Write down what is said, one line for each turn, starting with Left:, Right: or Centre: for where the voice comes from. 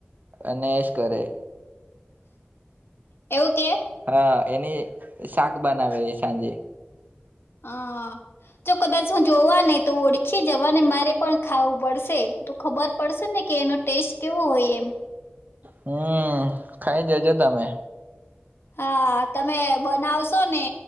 Right: અને એસ કરે.
Left: એવું. કે
Right: હા એની... શાક બનાવે એ સાંજે...
Left: હા જો કદાચ હું જોવા ને તો ઓળખી જવા ને મારે પણ ખાવું પડશે, તો ખબર પડશે ને કે એનો ટેસ્ટ કેવો હોય એમ.
Right: હમ ખાઈ જજો તમે.
Left: હા. તમે બનાવશો ને